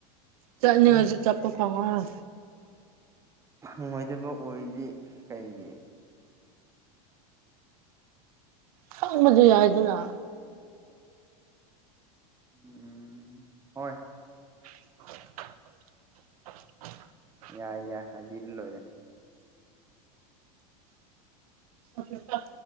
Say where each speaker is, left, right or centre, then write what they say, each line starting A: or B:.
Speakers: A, on the right; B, on the right.
A: ꯆꯠꯅꯤꯡꯉꯁꯨ
B: ꯑꯗꯩ
A: ꯆꯠꯄ ꯐꯪꯉꯣꯏ
B: ꯐꯪꯉꯣꯏꯗꯕ ꯑꯣꯏꯔꯗꯤ ꯀꯩꯒꯤ
A: ꯈꯪꯕꯗꯤ ꯌꯥꯏꯗꯅ
B: ꯎ ꯍꯣꯏ
A: <inaudible>
B: ꯌꯥꯏ ꯌꯥꯏ ꯍꯥꯏꯕꯤꯔ ꯂꯣꯏꯔꯦ
A: ꯑꯣ